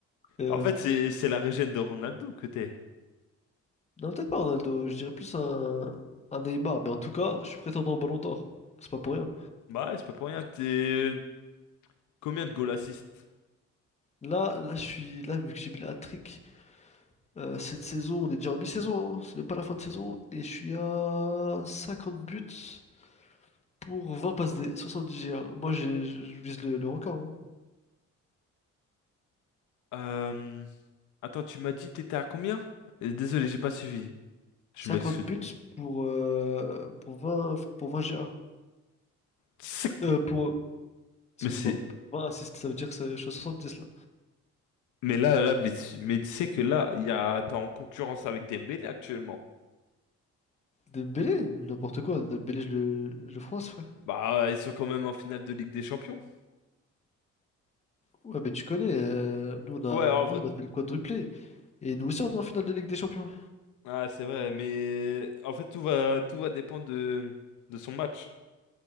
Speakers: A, on the left; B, on the left.
A: Euh,
B: En fait, c'est c'est la régène de Ronaldo que t'es.
A: non, peut-être pas Ronaldo, je dirais plus un, un Neymar, mais en tout cas, je suis prétendant au Ballon d'Or. C'est pas pour rien.
B: Bah, ouais, c'est pas pour rien. T'es combien de goal assist?
A: Là, là, je suis là, vu que j'ai mis le hat-trick, euh, cette saison, on est déjà en mi-saison, hein, c'est même pas la fin de saison, et je suis à 50 buts pour 20 passes D, 70 G1. Moi, j'ai- je vise le, le record. hein.
B: Euh... Attends, tu m'as dit t'étais à combien? Euh, Désolé, j'ai pas suivi. Je
A: 50
B: m'excuse.
A: buts pour, euh, pour 20, pour 20 GA.
B: C'est-
A: Euh, pour... Excuse-moi.
B: Mais c'est
A: Pour un ça veut dire que ça- je suis à 70 là.
B: mais là là mais tu mais tu sais que là, il y a t'es en concurrence avec Dembélé actuellement.
A: Dembélé? Mais N'importe quoi. Dembélé, je le, je le France, frère.
B: Bah, ils sont quand même en finale de Ligue des Champions.
A: Ouais, mais tu connais. euh, nous, on a...
B: Ouais, en
A: nous,
B: vrai.
A: nous, on a fait le quadruplé. Et nous aussi, on est en finale de Ligue des Champions.
B: Ah, c'est vrai, mais en fait, tout va, tout va dépendre de, de son match.